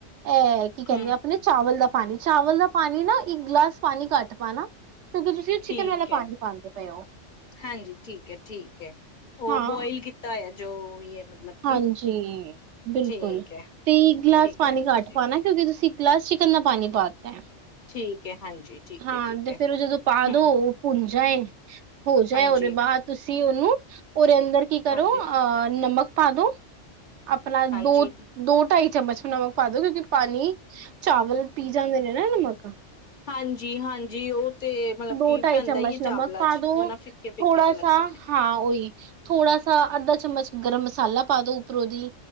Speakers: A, on the right (about 70°); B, on the left (about 45°).
A: ਇਹ ਕੀ ਕਹਿੰਦੇ
B: ਹਮ
A: ਆ ਅਪਣੇ ਚਾਵਲ ਦਾ ਪਾਣੀ। ਚਾਵਲ ਦਾ ਪਾਣੀ ਨਾ ਇੱਕ ਗਲਾਸ ਪਾਣੀ ਕੱਟ ਪਾਣਾ। ਕਿਉਂਕਿ ਤੁਸੀਂ ਉਹ ਚਿਕਨ
B: ਠੀਕ
A: ਵਾਲਾ
B: ਹੈ,
A: ਪਾਣੀ ਪਾਉਂਦੇ ਪਏ ਹੋ
B: ਹਾਂਜੀ ਠੀਕ ਹੈ-ਠੀਕ ਹੈ ਉਹ
A: ਹਾਂ
B: ਬੋਇਲ ਕੀਤਾ ਹੋਆ। ਜੋ ਬੀ ਹੈ। ਮਤਲਬ ਕਿ
A: ਹਾਂਜੀ ਬਿਲਕੁਲ
B: ਠੀਕ ਹੈ
A: ਤੇ ਇੱਕ ਗਲਾਸ
B: ਠੀਕ
A: ਪਾਣੀ
B: ਹੈ
A: ਘੱਟ
B: ਹਾਂਜੀ
A: ਪਾਣਾ ਕਿਉਂਕਿ ਤੁਸੀ ਗਲਾਸ ਚਿਕਨ ਦਾ ਪਾਣੀ ਪਾ ਤਾ ਹੈ।
B: ਠੀਕ ਹੈ ਹਾਂਜੀ ਠੀਕ
A: ਹਾਂ
B: ਹੈ ਠੀਕ
A: ਤੇ
B: ਹੈ
A: ਫੇਰ ਉਹ ਜਦੋਂ ਪਾ
B: ਹਮ
A: ਦੋ, ਉਹ ਭੁੰਨ ਜਾਏ, ਹੋ ਜਾਏ
B: ਹਾਂਜੀ
A: ਉਹਦੇ ਬਾਅਦ ਤੁਸੀਂ ਉਹਨੂੰ। ਉਹਦੇ ਅੰਦ ਦਰ ਕੀ ਕਰੋ
B: ਹਾਂਜੀ
A: ਅਹ ਨਮਕ ਪਾਦੋਂ। ਆਪਣਾ
B: ਹਾਂਜੀ
A: ਦੋ, ਦੋ ਟਾਈ ਚਮਚ ਨਮਕ ਪਾ ਦੋ ਕਿਉਂਕਿ ਪਾਣੀ ਚਾਵਲ ਪੀ ਜਾਂਦੇ ਨੇ ਨਾ ਨਮਕ
B: ਹਾਂਜੀ-ਹਾਂਜੀ ਉਹ ਤੇ ਮਤਲਬ
A: ਦੋ
B: ਕਿ
A: ਢਾਈ
B: ਪੈਂਦਾ
A: ਚਮਚ
B: ਹੀ ਹੈ
A: ਨਮਕ
B: ਚਾਵਲਾਂ
A: ਪਾ
B: ਚ
A: ਦੋ,
B: ਵਰਨਾ ਫਿੱਕੇ ਫਿੱਕੇ
A: ਥੋੜਾ
B: ਜੇ ਲੱਗਦੇ
A: ਸ
B: ਨੇ
A: ਹਾਂ ਉਓਹੀ ਥੋੜਾ ਸਾ ਅੱਧਾ ਚਮਚ ਗਰਮ ਮਸਾਲਾ ਪਾਦ ਦੋ ਉਪਰੋ ਦੀ।